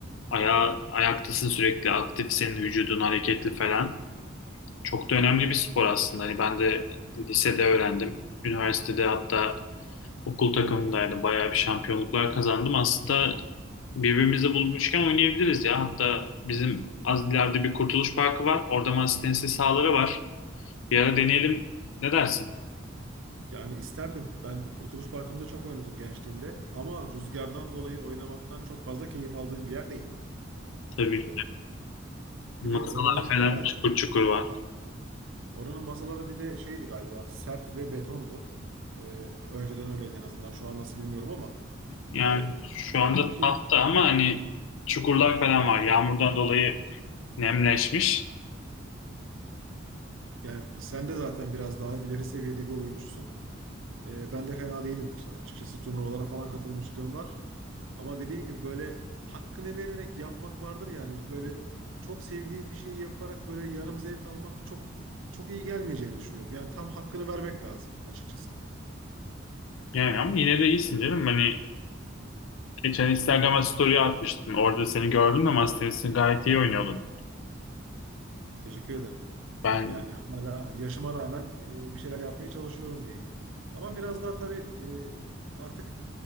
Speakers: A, on the left; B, on the right.
A: aya, ayaktasın sürekli aktifsin, vücudun hareketli falan. Çok da önemli bir spor aslında. Hani ben de lisede öğrendim. Üniversitede hatta okul takımındaydım. Bayağı bir şampiyonluklar kazandım. Aslında birbirimizi bulmuşken oynayabiliriz ya. Hatta bizim az ileride bir Kurtuluş Parkı var. Orada masa tenisi sahaları var. Bir ara deneyelim. Ne dersin?
B: Yani isterdim. Ben Kurtuluş Parkı'nda çok oynadım gençliğimde ama rüzgardan dolayı oynamaktan çok fazla keyif aldığım bir yer değil.
A: Tabii
B: Ee,
A: masalar
B: bir de oranın
A: falan
B: herhalde
A: çukur çukur var.
B: Oranın masaları bir de şeydi galiba sert ve betondu. Ee, önceden öyleydi en azından. Şu an nasıl bilmiyorum ama
A: Yani
B: yani
A: şu anda
B: çok iyi.
A: tahta ama hani çukurlar falan var. Yağmurdan dolayı nemleşmiş.
B: Yani sen de zaten biraz daha ileri seviyede bir oyuncusun. Ee, ben de fena değilimdir. Açıkçası turnuvalara falan katılmışlığım var. Ama dediğim gibi böyle hakkını vererek yapmak vardır yani. Böyle çok sevdiğim bir şeyi yaparak böyle yarım zevk almak çok çok iyi gelmeyeceğini düşünüyorum. Yani tam hakkını vermek lazım açıkçası.
A: Yani ama yine de iyisin canım. Hani geçen Instagram'a story atmıştım. Orada seni gördüm de ama tenisini gayet iyi oynuyordun.
B: Teşekkür ederim.
A: Ben
B: Yani hala yaşıma rağmen e, bir şeyler yapmaya çalışıyorum diyeyim. Ama biraz daha tabii e, artık